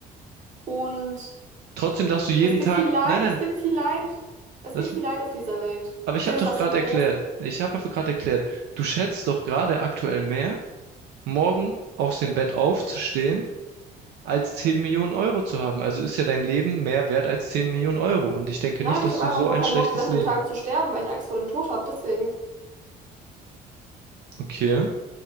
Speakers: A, on the right (about 50°); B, on the right (about 75°).
A: und
B: Trotzdem darfst du jeden
A: es gibt
B: Tag.
A: viel Leid,
B: Nein, nein,
A: es gibt viel Leid, es
B: das,
A: gibt viel Leid auf dieser Welt.
B: aber
A: Okay,
B: ich habe
A: das
B: doch
A: hast
B: gerade
A: du nicht vergessen.
B: erklärt. Ich habe einfach gerade erklärt, du schätzt doch gerade aktuell mehr, morgen aus dem Bett aufzustehen, als 10 Millionen Euro zu haben. Also ist ja dein Leben mehr wert als 10 Millionen Euro. Und ich denke
A: Nein,
B: nicht, dass
A: ich habe
B: du
A: einfach
B: so
A: nur
B: ein
A: keinen
B: schlechtes
A: Bock, nach einem
B: Leben.
A: Tag zu sterben, weil ich Angst vor dem Tod habe. Deswegen,
B: Okay.